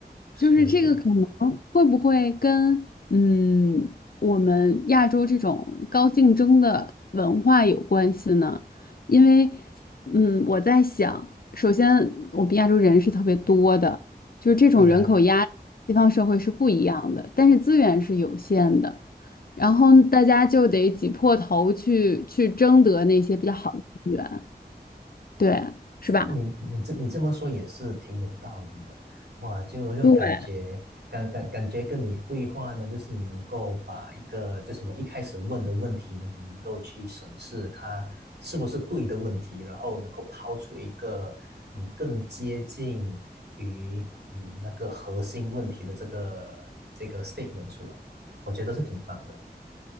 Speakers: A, on the right; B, on the left.
A: 是是，
B: 就是这个可能会不会跟嗯我们亚洲这种高竞争的文化有关系呢？因为嗯我在想，首先我们亚洲人是特别多的，就是这种人口压力西方社会是不一样的，
A: 对呀，
B: 但是资源是有限的，然后大家就得挤破头去去争得那些比较好的资源，对，是吧？
A: 你你这你这么说也是挺有道理的，哇，就又感觉感感感觉跟你对话呢，
B: 对，
A: 就是你能够把一个就是我一开始问的问题呢，你能够去审视它是不是对的问题，然后能够抛出一个嗯更接近于嗯那个核心问题的这个这个 statement 出来，我觉得是挺棒的。